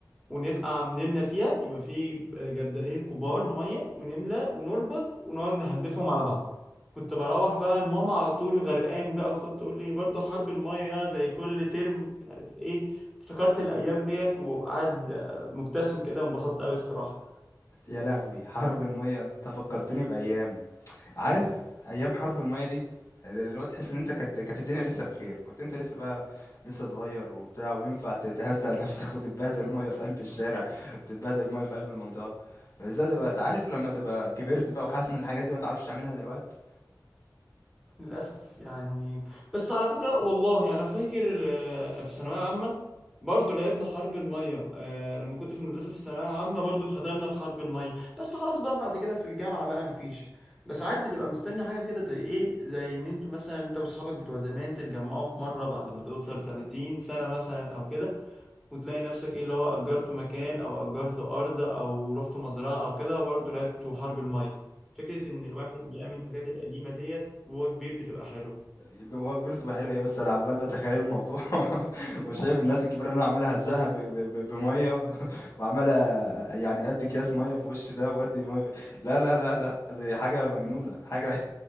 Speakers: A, in the centre; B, on the left.
A: ونبقى عم نملى فيها يبقى في آه، جردلين كبار ميه ونملى ونربط ونقعد نهدفهم على بعض كنت بروح بقى لماما على طول غرقان بقى وتقعد تقول لي برضه حرب الميه زي كل ترم مش عارف ايه افتكرت الايام ديت وقعد آه، مبتسم كده وانبسطت قوي الصراحه
B: يا لهوي حرب المية انت فكرتني بأيام عارف أيام حرب المية دي اللي هو تحس ان انت كانت كانت الدنيا لسه بخير كنت انت لسه بقى لسه صغير وبتاع وينفع تهزق <laughs> نفسك وتتبهدل ميه في قلب الشارع <laughs> وتتبهدل ميه في قلب المنطقه مش زي دلوقتي عارف لما تبقى كبرت بقى وحاسس ان الحاجات دي ما تعرفش تعملها دلوقتي
A: للأسف يعني بس على فكرة لأ والله أنا فاكر آه، في ثانوية عامة برضه لعبنا حرب المية آه، لما كنت في المدرسة في الثانوية العامة برضه ختمنا بحرب المية بس خلاص بقى بعد كده في الجامعة بقى مفيش بس عارف بتبقى مستني حاجة كده زي إيه زي إن أنتوا مثلا أنت وأصحابك بتوع زمان تتجمعوا في مرة بعد ما توصل 30 سنة مثلا أو كده وتلاقي نفسك ايه اللي هو اجرته مكان او اجرته ارض او رحت مزرعه او كده وبرضه لعبته حرب الميه فكره ان الواحد بيعمل الحاجات القديمه ديت وهو كبير بتبقى حلوه
B: يبقى هو كبير بتبقى حلوة إيه بس أنا عمّال باتخيّل الموضوع <laughs> وشايف الناس الكبيرة اللي أنا عمّال أهزّقها ب ب ب بمَيّة <laughs> وعمّال أ يعني أدّي أكياس مَيّة في وِش ده وأدّي مَيّة في لا، لا، لا، لأ، دي حاجة مجنونة، حاجة